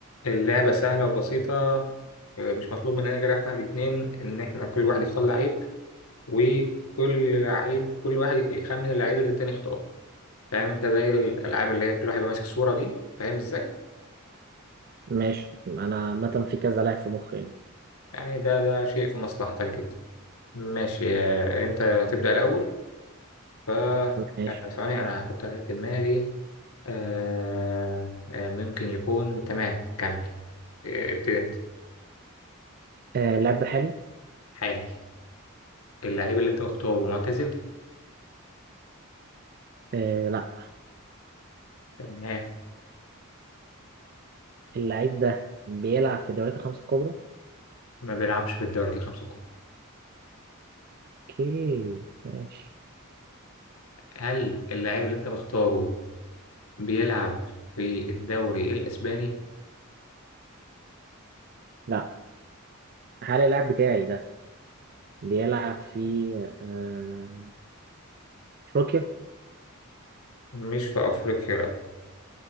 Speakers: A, on the left; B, on the right.
A: اللعبة سهلة وبسيطة آه، مش مطلوب مننا غير احنا الاتنين ان احنا كل واحد يختار لعيب وكل لعيب كل واحد يخ- يخمن اللعيب اللي التاني اختاره فاهم انت زي الالعاب اللي هي كل واحد يبقى ماسك صورة دي فاهم ازاي
B: ماشي انا عامه في كذا لاعب في مخي يعني
A: يعني ده ده شيء في مصلحتك جدا ماشي آه، انت هتبدأ الاول ف آه،
B: ماشي
A: ثواني انا هحط لعيب في دماغي آه، آه، ممكن يكون تمام كمل آه، ابتدي انت
B: آه اللاعب ده حالي
A: حالي اللعيب اللي انت مختاره معتزل
B: آه لا
A: تمام
B: اللاعب ده بيلعب في الدوريات الخمسة الكبرى
A: ما بيلعبش في الدوري الخمسة الكبرى
B: اوكي ماشي
A: هل اللاعب اللي انت مختاره بيلعب في الدوري الاسباني
B: لا هل اللاعب بتاعي ده بيلعب في آه، افريقيا
A: مش في افريقيا لا